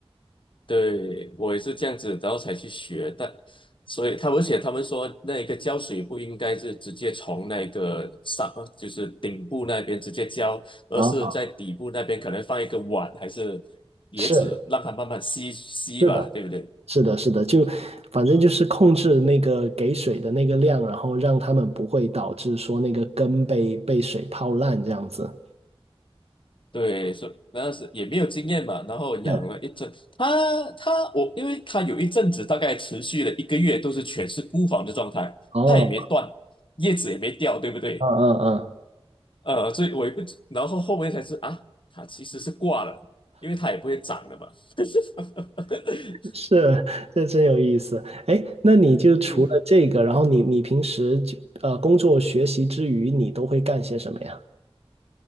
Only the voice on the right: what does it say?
啊，是
是的，
是的，是的，就反正就是控制那个给水的那个量，然后让他们不会导致说那个根被被水泡烂这样子。
是
哦，
嗯嗯嗯。
是，这真有意思。哎，那你就除了这个，
然后你你平时就呃工作学习之余，你都会干些什么呀？